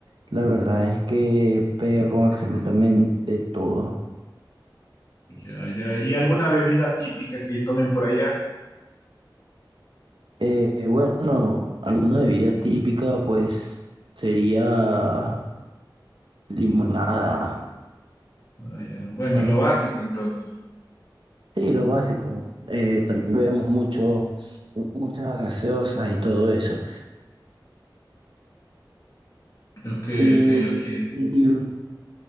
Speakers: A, on the right; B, on the left.
A: La verdad es que pega
B: Ok,
A: con absolutamente todo.
B: ya, ya. ¿Y alguna bebida típica que tomen por allá?
A: Eh, bueno, alguna bebida típica pues sería limonada.
B: Ah, ya. Bueno,
A: Eh,
B: lo básico entonces.
A: sí, lo básico. Eh, también vemos mucho, muchas gaseosas y todo eso.
B: Ok,
A: Y,
B: ok, ok,
A: y, y-